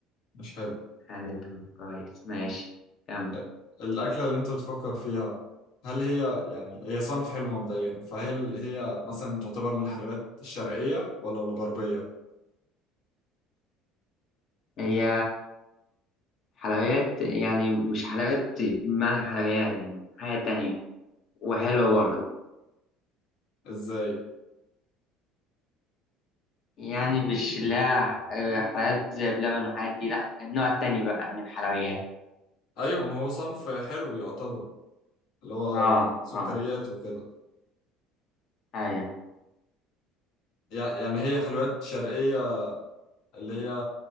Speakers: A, on the left; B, on the left.
A: مش حلو
B: حادق كويس ماشي كم
A: آه، الأكلة اللي انت بتفكر فيها هل هي يعني هي صنف حلو مبدئيا فهل هي مثلا تعتبر من الحلويات الشرقية ولا الغربية
B: هي حلويات يعني مش حلويات بمعنى حلويات يعني حاجة تانية وحلوة برضه
A: ازاي
B: يعني مش لا آه، حلويات زي بلبن والحاجات دي لا النوع التاني بقى من الحلويات
A: ايوه ما هو صنف حلو يعتبر اللي هو
B: اه
A: سكريات
B: اه
A: وكده
B: ايوه
A: يع- يعني هي حلويات شرقية اللي هي